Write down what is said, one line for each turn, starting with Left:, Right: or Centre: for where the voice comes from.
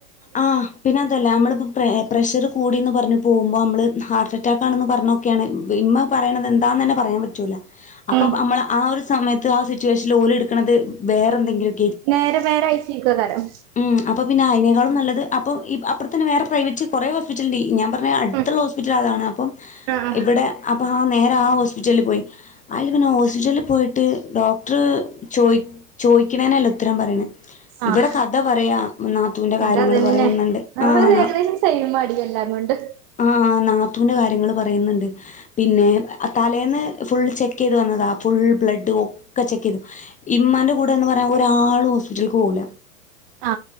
Left: ആ പിന്നെ അതല്ല നമ്മളിപ്പോ പ്രെ പ്രെ പ്രഷർ കൂടീന്ന് പറഞ്ഞ് പോകുമ്പോ മ്മൾ ഹാർട്ട് അറ്റാക്കാണെന്ന് പറഞ്ഞൊക്കെയാണ് ഇമ്മ പറയണത് എന്താന്നന്നെ പറയാൻ പറ്റൂല്ല അപ്പൊ
Right: ഉം
Left: മ്മള് ആ ഒരു സമയത്ത് ആ സിറ്റുവേഷനിൽ ഓലെട്ക്ക്ണത് വേറെ എന്തെങ്കിലും
Right: നേരെ നേരെ ഐസിയുക്കെക്കാരം
Left: ഉം അപ്പൊ പിന്നെ അയിനേക്കാളും നല്ലത് അപ്പം ഈ അപ്പർ ത്തന്നെ വേറെ പ്രൈവറ്റ് കുറെ ഹോസ്പിറ്റൽണ്ട് ഞാൻ പറഞ്ഞത് അടുത്തുള്ള
Right: ഉം
Left: ഹോസ്പിറ്റൽ അതാണ് അപ്പം
Right: ആഹ്
Left: ഇവിടെ അപ്പൊ ആ നേരെ ആ ഹോസ്പിറ്റലിൽ പോയി അയില് പിന്നെ ഹോസ്പിറ്റല് പോയിട്ട് ഡോക്ടറ് ചോയ് ചോയ്ക്ണേനല്ല ഉത്തരം പറയണേ
Right: ആഹ്
Left: ഇവടെ കഥ പറയാ നാത്തൂന്റെ കാര്യങ്ങള്
Right: അതതന്നെ
Left: പറയ്ന്ന്ണ്ട് ആ
Right: അവര്
Left: നാ
Right: ഏകദേശം സെയിമാടി എല്ലാം കൊണ്ട്
Left: ആ നാ ത്തൂന്റെ കാര്യങ്ങള് പറയ്ന്ന്ണ്ട് പിന്നെ തലേന്ന് ഫുൾ ചെക്ക് ചെയ്ത് വന്നതാ ഫുൾ ബ്ലഡ് ഒക്കെ ചെക്ക് ചെയ്തു ഇമ്മാന്റെ കൂടെന്ന് പറയാ ഒരാളും ഹോസ്പിറ്റൽക്ക് പോകൂല്ല
Right: ആ